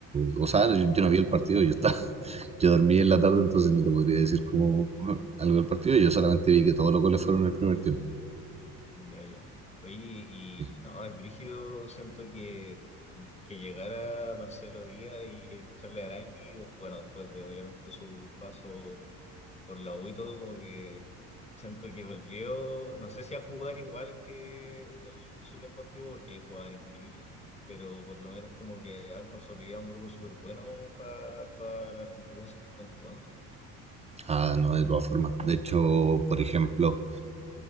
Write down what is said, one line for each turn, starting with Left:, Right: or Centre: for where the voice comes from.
Right: o sea, yo, yo no vi el partido, yo estaba, <laughs> yo dormí en la tarde, entonces no te podría decir como algo del partido, yo solamente vi que todos los goles fueron en el primer tiempo.
Left: Ya, ya. Oye, y
Right: Sí.
Left: no, el brígido, siento que, que llegara Marcelo Díaz y Charly Arangui, des- bueno, después de obviamente su paso por la U y todo, como que siento que volvió, no sé si a jugar igual que en su tiempo antiguo, porque ahí jugaban increíble, pero por lo menos como que han consolidado un grupo súper bueno pa- para las competencias que están jugando.
Right: Ah, no, de todas formas. De hecho, por ejemplo,